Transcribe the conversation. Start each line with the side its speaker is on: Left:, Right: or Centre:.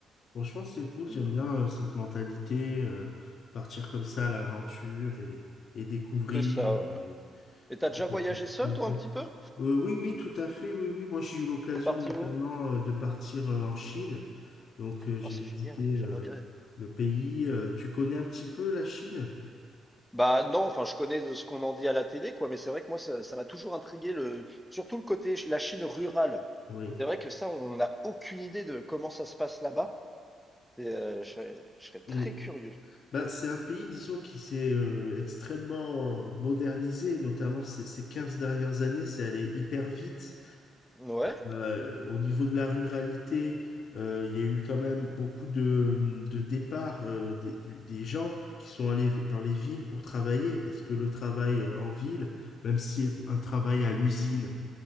Left: Franchement, c'est cool, j'aime
Centre: Mm.
Left: bien euh, cette mentalité, euh, partir comme ça à l'aventure et, et découvrir.
Centre: C'est ça, voilà.
Left: et
Centre: Et t'as
Left: prendre
Centre: déjà voyagé
Left: sa petite
Centre: seul,
Left: moto.
Centre: toi, un petit peu?
Left: Euh, oui, oui, tout à fait, oui, oui. Moi, j'ai eu l'occasion
Centre: T'es parti
Left: notamment
Centre: où?
Left: euh, de partir euh, en Chine. Donc, euh, j'ai
Centre: Oh, c'est
Left: visité
Centre: génial, j'aimerais
Left: euh,
Centre: bien.
Left: le pays. Euh, tu connais un petit peu la Chine?
Centre: Bah non, enfin je connais de ce qu'on en dit à la télé, quoi, mais c'est vrai que moi ça ça m'a toujours intrigué le surtout le côté ch- la Chine rurale.
Left: Oui.
Centre: C'est vrai que ça, on n'a aucune idée de comment ça se passe là-bas. Et, euh, je, serais je serais très
Left: Mm.
Centre: curieux.
Left: Bah, c'est un pays, disons, qui s'est euh, extrêmement modernisé, notamment ces, ces 15 dernières années, c'est allé hyper vite.
Centre: Ouais.
Left: Euh, au niveau de la ruralité, euh, il y a eu quand même beaucoup de, de départs euh, des, du- des gens qui sont allés dans les villes pour travailler, parce que le travail euh, en ville, même si un travail à l'usine